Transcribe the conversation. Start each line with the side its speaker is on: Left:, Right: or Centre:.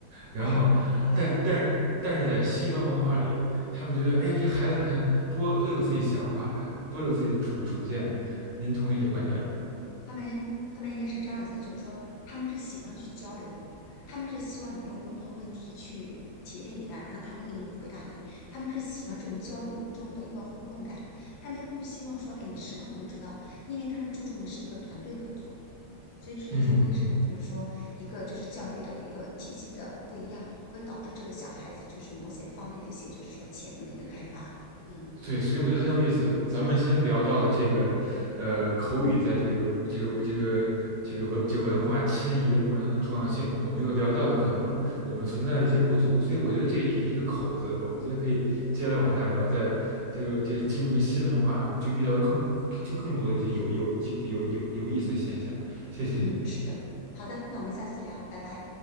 Right: 然后，
Left: 哎呀，太对了。
Right: 但但但是在西方文化里，他们觉得，哎呦，这孩子你看多多有自己想法呀，多有自己的主主见。您同意这观点吗？
Left: 他们他们应该是这样子，就是说他们是喜欢去交流，他们是希望你有更多的问题去提问给他，然后他会给你回答你。他们是喜欢这种交流中的一个互动感，他们不希望说，哎，你什么都知道，因为他们注重的是一个团队合作。所以这就是为什么，
Right: 嗯嗯。
Left: 就是说一个就是教育的一个体系的不一样，会导致这个小孩子就是某些方面的一些就是说潜能的一个开发。嗯
Right: 对，所以我觉得很有意思。咱们先聊到了这个，呃，口语在这个这个这个这个文这个文化迁移的过程当中的重要性，我们又聊到了可能我们存在的一些不足，所以我觉得这只是一个口子。我们觉得可以接下来往下聊，在这个这个进入一个新文化，就遇到了更就更多的一些有有有有有有意思的现象。谢谢您。
Left: 嗯，是的，好的，那我们下次聊，拜拜。